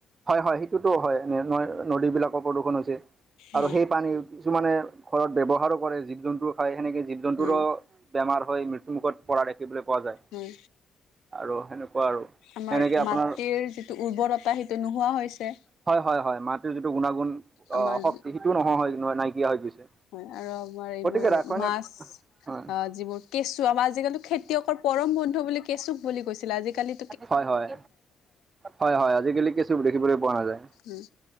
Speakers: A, on the right (about 35°); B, on the left (about 85°).
A: হয় হয় সেইটোতো হয় নৈ নদীবিলাকৰ প্ৰদূষণ হৈছে
B: উম
A: আৰু সেই পানী কিছুমানে ঘৰত ব্যৱহাৰো কৰে, জীৱ-জন্তু খায় সেনেকে জীৱ-জন্তুৰো
B: উম
A: বেমাৰ হয় মৃত্যুমুখত পৰা দেখিবলৈ পোৱা যায়
B: উম
A: আৰু সেনেকুৱা আৰু
B: আমাৰ
A: সেনেকে আপোনাৰ
B: মাটিৰ যিটো উৰ্বৰতা সেইটো নোহোৱা হৈছে।
A: হয় হয় হয় মাটিৰ যিটো গুণাগুণ
B: আমাৰ
A: অহ শক্তি সেইটোও নোহোৱা হৈ ন নাইকিয়া হৈ গৈছে
B: হয় আৰু আমাৰ এইবোৰ
A: গতিকে ৰাসায়নিক
B: মাছ
A: হয়
B: অ যিবোৰ কেঁচু আমাৰ আজিকালিতো খেতিয়কৰ পৰম বন্ধু বুলি কেঁচুক বুলি কৈছিলে আজিকালি
A: হয় হয় হয় হয় আজিকালি কেঁচুক দেখিবলৈ পোৱা নাযায়।
B: উম,